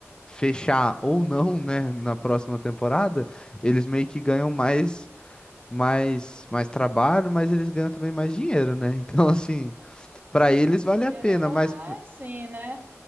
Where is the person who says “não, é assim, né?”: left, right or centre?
Right